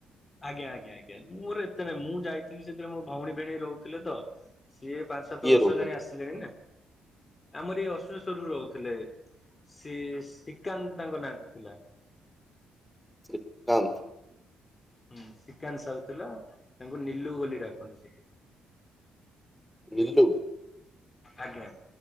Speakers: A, on the left; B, in the centre.
A: ଆଜ୍ଞା ଆଜ୍ଞା ଆଜ୍ଞା ମୁଅର ଏତେ ନାଇଁ ମୁଁ ଯାଇଥିଲି ସେତେବେଳେ ମୋ ଭଉଣୀ ଭିଣେଇ ରହୁଥିଲେ ତ। ସିଏ ପାଞ୍ଚ ସାତ
B: କିଏ
A: ବର୍ଷ
B: ରହୁଛନ୍ତି
A: ହେଲାଣି ଆସିଲେଣି ନା। ଆମରି ଏଇ ଅଶୁରେସ୍ୱରରୁ ରହୁଥିଲେ। ସିଏ ଶ୍ରୀ କାନ୍ତ୍ ତାଙ୍କ ନାଁଟି ଥିଲା।
B: ଶ୍ରୀକାନ୍ତ୍।
A: ହୁଁ ଶ୍ରୀକାନ୍ତ ସାହୁ ଥିଲା ତାଙ୍କୁ ନିଲୁ ବୋଲି ଡାକନ୍ତି ସେଠି।
B: ନିଲୁ
A: ଆଜ୍ଞା